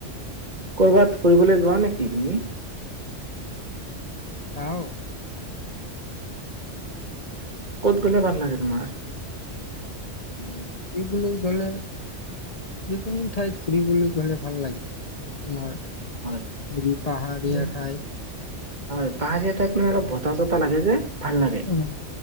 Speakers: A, on the right (about 35°); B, on the left (about 35°).
A: ক'ৰবাত ফুৰিবলৈ যোৱা নেকি তুমি?
B: যাওঁ।
A: ক'ত গ'লে, ভাল লাগে তোমাৰ।
B: ফুৰিবলৈ গ'লে, যিকোনো ঠাইত ফুৰিবলৈ গ'লে ভাল লাগে। তোমাৰ।
A: হয়,
B: হেৰি পাহাৰীয়া
A: উম।
B: ঠাইত।
A: হয়, পাহাৰীয়া ঠাইত অলপ বতাহ-চতাহ লাগে যে। ভাল লাগে
B: অ',